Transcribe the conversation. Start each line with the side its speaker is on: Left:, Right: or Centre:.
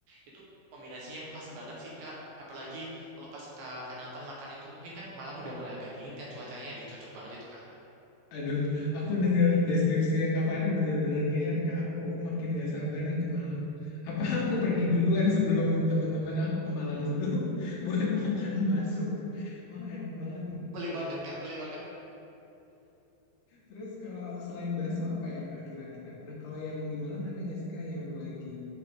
Right: itu kombinasi yang pas banget sih Kak, apalagi kalau pas ke Kanatan makan itu mungkin kan Malang udah mulai agak dingin kan cuacanya, jadi cocok banget itu Kak.
Left: Aduh, aku dengar deskripsi Kak Fari bener-bener ngiler, Kak. Aku makin gak sabar nih ke Malang. Apa aku pergi duluan sebelum teman-teman aku ke Malang
Right: <laughs>
Left: dulu <laughs> buat makan bakso? Wah, enak banget nih, Kak.
Right: Boleh
Left: kayaknya.
Right: banget Kak, boleh banget.
Left: Terus kalau selain bakso apa ya Kak kira-kira? Nah kalau yang di Malang ada nggak sih Kak yang lagi